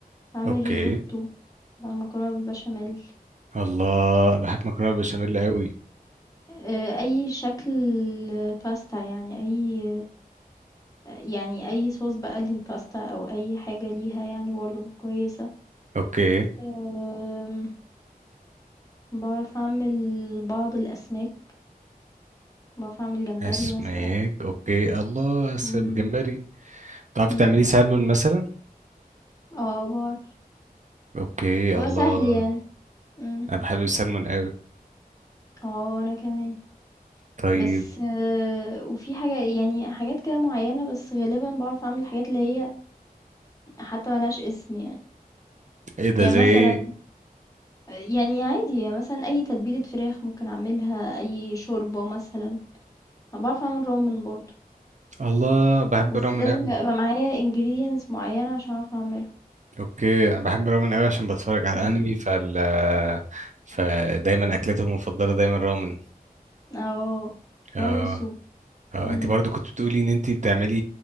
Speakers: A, on the left; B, on the right.
A: بعمل
B: اوكي
A: ريزوتو بعمل مكرونة بالبشاميل
B: الله بحب مكرونة بشاميل قوي
A: آآ أي شكل باستا، يعني أي يعني أي صوص بقى للباستا أو أي حاجة ليها يعني برضه كويسة.
B: اوكي
A: آمم، باعرف أعمل بعض الأسماك، باعرف أعمل جمبري
B: اسماك
A: مثلًا.
B: اوكي الله اسم
A: إمم،
B: جمبري تعرف
A: إمم،
B: تعملي سلمون مثلا
A: آه باعرف،
B: اوكي
A: بس
B: الله
A: هو سهل يعني. إمم،
B: انا بحب السلمون قوي
A: آه وأنا كمان،
B: طيب
A: بس آه، وفي حاجة يعني حاجات كده معيّنة، بس غالبًا باعرف أعمل الحاجات اللي هي حتى ما لهاش اسم يعني.
B: ايه ده
A: يعني
B: زي
A: مثلًا
B: ايه
A: يعني عادي مثلًا أي تتبيلة فراخ ممكن أعملها، أي شوربة مثلًا، أنا باعرف أعمل رامن برضه،
B: الله بحب
A: بس
B: الرامن
A: لازم
B: قوي
A: يبقى معايا ingredients معيّنة عشان أعرف أعمله.
B: اوكي انا بحب الرامن قوي عشان بتفرج على
A: إمم.
B: انمي فال فدايما اكلته المفضله دايما رامن
A: آه،
B: اه
A: رامن soup.
B: اه
A: اهم.
B: انت برضو كنت بتقولي ان انت بتعملي